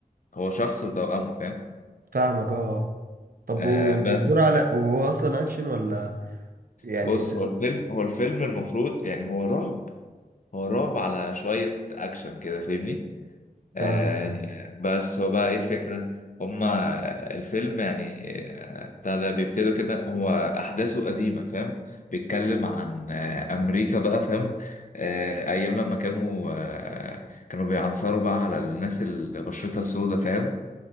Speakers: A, on the left; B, on the right.
A: هو شخص وتوأمه فاهم
B: فاهمك اه آه. طب
A: آه
B: هو
A: بس
B: بتدور على هو اصلا اكشن ولا يعني
A: بص هو الفيلم هو الفيلم المفروض يعني هو رعب هو رعب على شوية أكشن كده فاهمني آه،
B: فاهمك اه
A: بس هو بقى ايه الفكرة هما الفيلم يعني آه، بتاع ده بيبتدوا كده هو أحداثه قديمة فاهم بيتكلم عن آه، أمريكا بقى فاهم آه، أيام لما كانوا آه، كانوا بيعنصروا بقى على الناس اللي بشرتها سودة فاهم